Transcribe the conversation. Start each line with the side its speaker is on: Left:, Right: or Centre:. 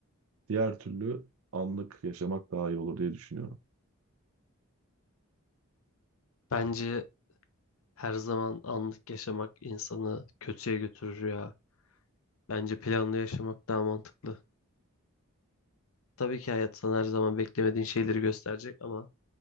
Right: Diğer türlü anlık yaşamak daha iyi olur diye düşünüyorum.
Left: Bence her zaman anlık yaşamak insanı kötüye götürür ya. Bence planlı yaşamak daha mantıklı. Tabii ki hayat sana her zaman beklemediğin şeyleri gösterecek ama